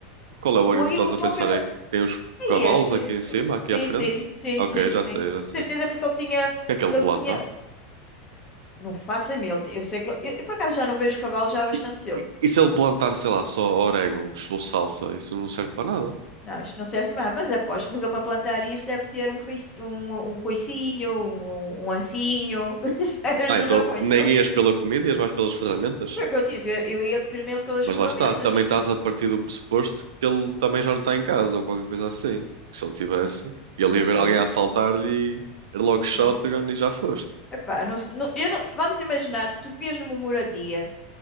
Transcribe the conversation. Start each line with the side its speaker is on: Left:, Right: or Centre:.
Right: qual é o agricultor
Left: o agricultor
Right: que estás a pensar?
Left: pela.
Right: É que tem os
Left: É
Right: cavalos
Left: este?
Right: aqui
Left: que
Right: em cima,
Left: tu-
Right: aqui
Left: Sim,
Right: à frente?
Left: sim, sim,
Right: Ok,
Left: sim,
Right: já
Left: sim.
Right: sei, já sei.
Left: Certeza,
Right: O
Left: porque ele tinha.
Right: que é que ele
Left: Ele
Right: planta?
Left: tinha Não faço a mim. Ele- Eu sei que ele- eu, eu, por acaso já não vejo cavalo já há bastante
Right: E,
Left: tempo.
Right: e- e se ele plantar, sei lá, só orégãos ou salsa, isso não serve para nada.
Left: Não, isto não serve para nada, mas aposto. Mas ele para plantar isto deve ter um, foice, um, um foicinho, um, um ancinho. <laughs> Isso ajuda
Right: Ah, então
Left: muito.
Right: nem ias pela comida, ias mais pelas ferramentas?
Left: Foi o que eu disse. Eu, eu ia primeiro pelas
Right: Mas
Left: ferramentas.
Right: lá está, também estás a partir do pressuposto que ele também já não está em casa ou qualquer coisa assim. Porque se ele tivesse, ele
Left: Não
Right: ia
Left: sei,
Right: ver alguém a assaltar-lhe e era logo shotgun
Left: não sei.
Right: e já foste.
Left: Epá, não, se- não- eu não- vamos imaginar, tu vivias numa moradia.